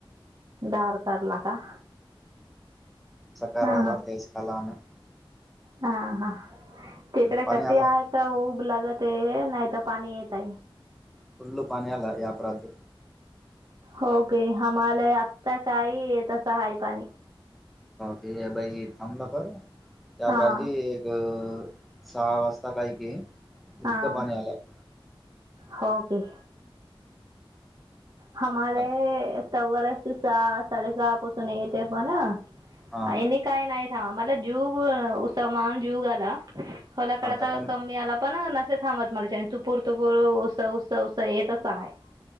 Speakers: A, on the right; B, in the centre.
A: डार कला का,
B: सकारराला
A: हा हा
B: तेचकाला आम <inaudible>
A: हा हा तिकडे
B: पाणी
A: कसे
B: आला
A: आहे का उब लागत <inaudible> ते नाही तर पाणी येत आहे.
B: फुल्ल पाण्याला या अपराधी
A: होके आम्हाला आता काही येतस आहेय पाणी
B: के बाई थमलापर त्याप
A: हां
B: एक <inaudible> सहा वाजता काही क
A: हां
B: हक पाणी आला <inaudible>
A: हो क हमारे
B: आत-
A: तस सहा साडे सहा आपो सुने येत आपण ना <inaudible>
B: हा
A: आणिनी काय नाही ां मला जुग उसमान जुग आला <inaudible> खलाकड
B: आता
A: तर
B: का
A: कमी आला पण <inaudible> थांबत मला आणि तुपूर तुपूर उस उस उस येतसं आहे <inaudible>